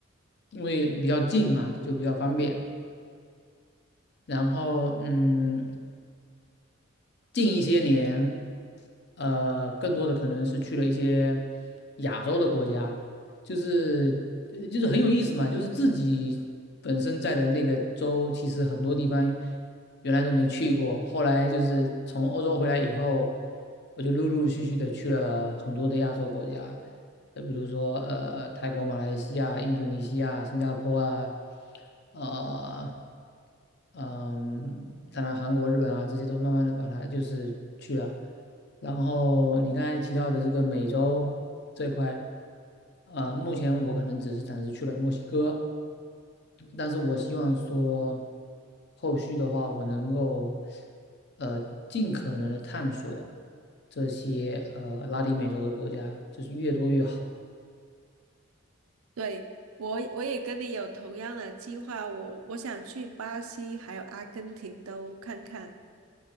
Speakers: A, on the left (about 50°); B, on the right (about 85°).
A: 因为比较近嘛，就比较方便。然后嗯，近一些年。呃，更多的可能是去了一些亚洲的国家，就是呃就是很有意思嘛，就是自己本身在的那个州，其实很多地方原来都没去过，后来就是从欧洲回来以后，我就陆陆续续的去了很多的亚洲国家，就比如说呃泰国、马来西亚、印度尼西亚、新加坡啊，呃，嗯，当然韩国、日本啊这些都慢慢的把它就是去了。然后你刚才提到的这个美洲这块，呃，目前我可能只是暂时去了墨西哥，但是我希望说后续的话，我能够呃尽可能的探索这些呃拉丁美洲的国家，就是越多越好。
B: 对，我我也跟你有同样的计划，我我想去巴西还有阿根廷都看看，